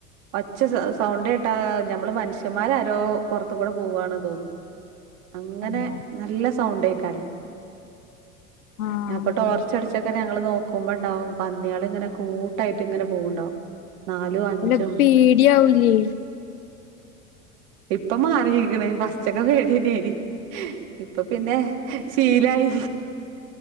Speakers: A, on the right (about 60°); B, on the left (about 80°).
A: ഒച്ച സ സൗണ്ടേട്ടാ ഞമ്മള് മനുഷ്യമ്മാരാരോ പൊറത്ത്കൂടെ പോവ്വാണ് തോന്നും അങ്ങനെ
B: പന്നിയോ
A: നല്ല സൗണ്ടേക്കാരം
B: ആഹ്
A: അപ്പൊ ടോർച്ചടിച്ചക്ക ഞങ്ങള് നോ ക്കുമ്പണ്ടാവും പന്ന്യേള്ങ്ങനെ കൂട്ടായ്ട്ടിങ്ങനെ പോവ്ണ്ടാവും നാലു അഞ്ചും
B: അല്ല പേടിയാവൂലേ
A: ഇപ്പ മാറീക്ണ് ഫസ് ഉച്ചക്കെ പേട്യന്നേനി ഇപ്പൊ പിന്നെ ശീലായി